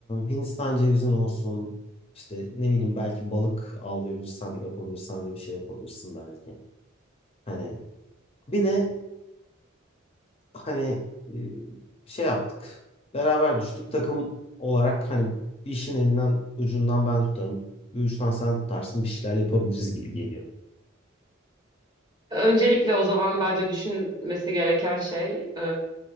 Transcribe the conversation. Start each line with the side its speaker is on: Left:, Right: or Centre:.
Left: Hindistan cevizin olsun. İşte ne bileyim belki balık avlayabilirsen yapabilirsen öyle bir şey yapabilirsin belki. Hani bir de hani e, şey yaptık. Beraber düştük. Takım olarak hani bir işin elinden ucundan ben tutarım. Bir uçtan sen tutarsın. Bir şeyler yapabiliriz gibi geliyor.
Right: Öncelikle o zaman bence düşünmesi gereken şey e,